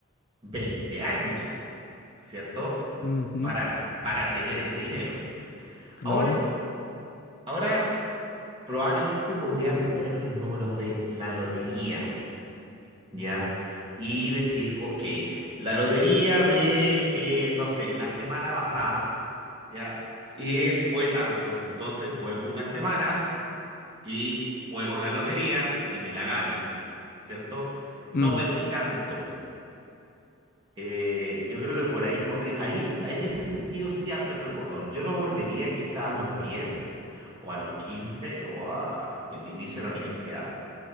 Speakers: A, on the right; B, on the left.
A: 20 años, ¿cierto?
B: Ujú,
A: para, para tener ese dinero.
B: claro.
A: Ahora, ahora probablemente podría aprenderme los números de la lotería, ¿ya? Y decir, ok, la lotería de, eh, no sé, la semana pasada, ¿ya? Es, fue tanto. Entonces vuelvo una semana y juego la lotería y me la gano, ¿cierto? No
B: Mm,
A: perdí tanto. Eh, yo creo que por ahí podría, ahí en ese sentido sí aprieto el botón. Yo no volvería quizás a los 10 o a los 15 o a el inicio de la universidad,